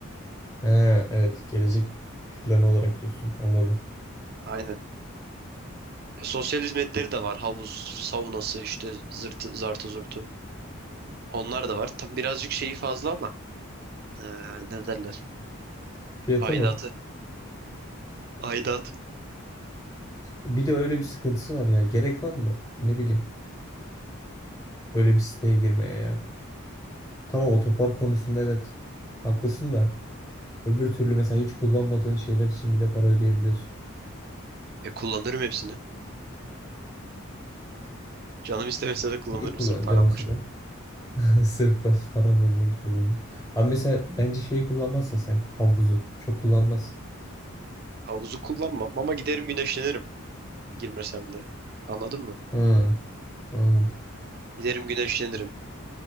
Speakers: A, on the left; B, on the right.
A: He, evet. Gelecek planı olarak diyorsun. Anladım.
B: Aynen. E, sosyal hizmetleri de var. Havuz, saunası işte zırtı, zartı zurtu. Onlar da var. Tabi birazcık şeyi fazla ama ee, ne derler?
A: Fiyatı
B: Aidatı.
A: mı?
B: Aidat.
A: Bir de öyle bir sıkıntısı var ya. Gerek var mı? Ne bileyim. Böyle bir siteye girmeye ya. Tamam otopark konusunda evet. Haklısın da. Öbür türlü mesela hiç kullanmadığın şeyler için bile para ödeyebiliyorsun.
B: E kullanırım hepsini. Canım istemese de kullanırım
A: Neyi kullanacağım
B: sırf param
A: mesela?
B: boşuna.
A: <laughs> Sırf pas- param boşuna gitmesin diye. Abi mesela bence şeyi kullanmazsın sen. Havuzu. Çok kullanmazsın.
B: Havuzu kullanmam ama giderim güneşlenirim. girmesem de. Anladın mı?
A: Hı, anladım.
B: Giderim güneşlenirim.